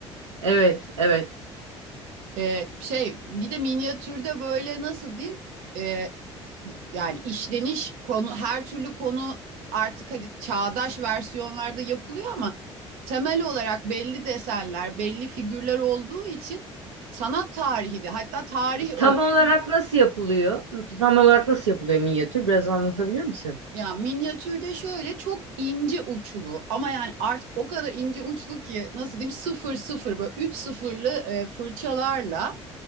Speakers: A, on the right; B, on the right.
A: evet, evet.
B: Ee, şey bir de minyatürde böyle nasıl diyeyim Ee, yani işleniş konu her türlü konu artık hadi çağdaş versiyonlarda yapılıyor ama temel olarak belli desenler belli figürler olduğu için sanat tarihi de hatta tarih öğrenin.
A: Tam olarak nasıl yapılıyor? Tam olarak nasıl yapılıyor minyatür? Biraz anlatabilir misin?
B: Ya minyatürde şöyle çok ince uçlu ama yani artık o kadar ince uçlu ki nasıl diyeyim sıfır sıfır böyle üç sıfırlı e, fırçalarla